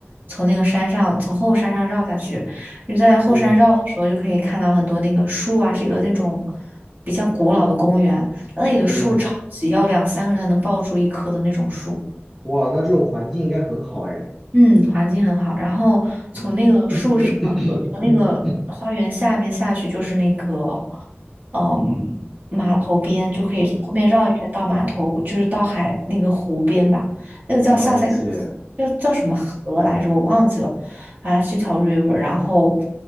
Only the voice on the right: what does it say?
从那个山上，从后山上绕下去。你在后山绕的时候，
就可以看到很多那个树啊，是一个那种比较古老的公园，那里的树超级要两三个人才能抱住一棵的那种树。
嗯，环境很好。然后从那个树上，
就从那个花园下面下去，
就是那个，嗯，码头边，就可以后面绕一圈到码头，就是到海那个湖边吧。那个叫萨塞克斯，
叫叫什么河来着？我忘记了，反正是一条 river。然后